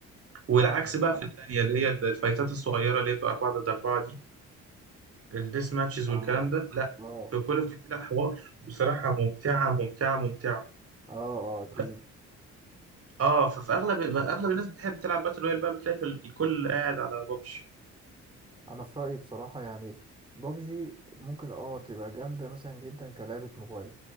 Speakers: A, on the right; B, on the right.
A: والعكس
B: لا أنا
A: بقى
B: بصراحه
A: في الثانيه اللي هي الفايتات الصغيره اللي هي بتبقى 4 ضد 4 دي الديس ماتشز
B: اه
A: والكلام ده لا
B: اه
A: في كول اوف ديوتي لا حوار بصراحه ممتعه ممتعه ممتعه
B: اه اه اكيد
A: بس اه ففي اغلب اغلب الناس بتحب تلعب باتل رويال بقى بتلاقي في ال- الكل قاعد على ببجي
B: انا في رايي بصراحه يعني بابجي ممكن اه تبقى جامده مثلا جدا كلعبه موبايل